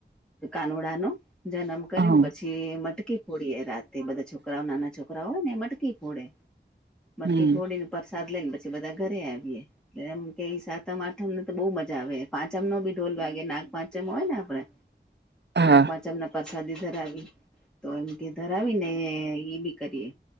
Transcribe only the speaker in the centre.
તો કાનુડાનો જન્મ કરી
ન પછી એ મટકી ફોડીએ રાતે, બધા છોકરાઓ નાના છોકરાઓ હોય ને એ મટ કી ફોડે. મટકી
ફોડીન પરસાદ લઈન પછી બધા ઘરે આવીએ. એમ કેઈ સાતમ આઠમ ને તો બહુ મજા આવે, પાંચમ નો ભી ઢોલ વાગે, નાગ પાંચમ હોય ને આપડે. <inaudible>
નાગ પાંચમ ના પ્રસાદી ધરાવી, તો તે ધરાવીને એ બી કરીએ.